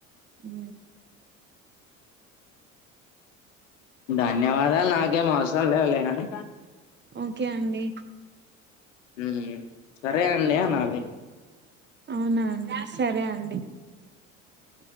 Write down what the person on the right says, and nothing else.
ఉ
ఓకే అండి
అవునా అండి సరే అండి